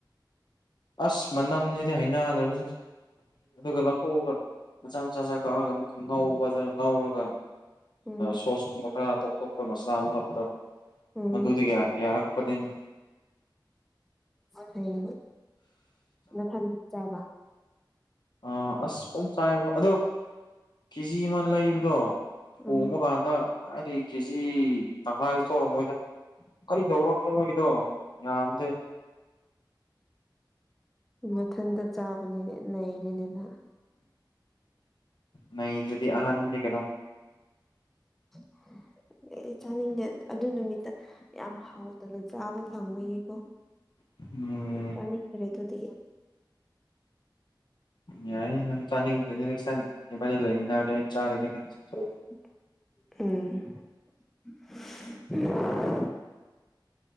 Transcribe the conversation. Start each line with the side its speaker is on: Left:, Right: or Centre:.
Left: ꯑꯁ ꯃꯅꯝꯁꯤꯗꯤ ꯍꯩꯅꯗꯕꯅꯤ ꯑꯗꯨꯒ ꯂꯧꯊꯣꯛꯑꯒ ꯃꯆꯥ ꯃꯆꯥꯁ ꯀꯛꯑꯒ ꯑꯃꯨꯛꯀꯪ ꯉꯥꯎꯕ ꯑꯗꯨꯅ ꯉꯥꯎꯔꯒ
Centre: ꯎꯝ
Left: ꯁꯣꯁ ꯀꯨꯝꯕ ꯈꯔ ꯇꯣꯞ ꯇꯣꯞꯄ ꯃꯁꯂꯥ ꯑꯃ ꯍꯥꯞꯄꯗꯣ
Centre: ꯎꯝ
Left: ꯃꯗꯨꯗꯤ ꯌꯥꯔꯛ ꯄꯅꯤꯅꯦ
Centre: ꯍꯌꯦ ꯑꯗꯨꯗꯤꯊꯟ ꯆꯕ
Left: ꯑ ꯑꯁ ꯄ ꯆꯆꯥꯌꯦꯃ ꯑꯗꯣ ꯀꯦꯖꯤ ꯑꯃ ꯂꯩꯕꯗꯣ ꯊꯣꯡꯕ
Centre: ꯎꯝ
Left: ꯀꯥꯟꯗ ꯑꯔ ꯀꯦꯖꯤ ꯇꯉꯥꯏ ꯇꯧꯔꯣ ꯃꯣꯏꯗ ꯀꯔꯤ ꯇꯧꯔꯣꯒꯦ ꯃꯣꯏꯗꯣ ꯌꯥꯝꯗꯦ
Centre: ꯃꯊꯟꯇ ꯆꯥꯕꯅꯤꯅꯦ ꯅꯩꯔꯦꯅꯤꯅ
Left: ꯅ ꯑꯗꯨꯗꯤ ꯑꯍꯥꯟꯕꯅꯦ ꯀꯩꯅꯣ
Centre: <inaudible> ꯑꯦ ꯆꯥꯅꯤꯡꯗꯦ ꯑꯗꯨ ꯅꯨꯃꯤꯠꯇ ꯌꯥꯝ ꯍꯥꯎꯗꯅ ꯆꯥꯕ ꯐꯪꯕꯒꯤꯀꯣ
Left: ꯎꯝ
Centre: ꯆꯅꯤꯗꯔꯦ ꯑꯗꯨꯗꯤ
Left: ꯌꯥ ꯆꯥꯅꯤꯡꯁ ꯂꯩꯃꯤ ꯆꯥꯎꯣ
Centre: ꯎꯝ